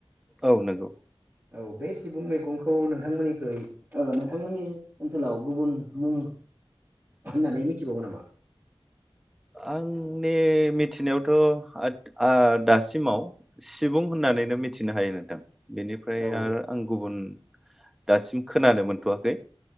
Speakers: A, in the centre; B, on the right.
A: औ नंगौ
B: औ बे सिबुं मैगंखौ नोंथांमोननिख्रुइ नोंथांमोननि ओनसोलाव गुबुन मुं होननानै मिथिबावो नामा <unintelligible> <inaudible>
A: आंनि मिथिनायावथ' आ दासिमाव सिबुं होननानैनो मिथिनो हायो नोंथां बेनिफ्राय
B: औ
A: आर आं गुबुन दासिम खोनानो मोनथ'वाखै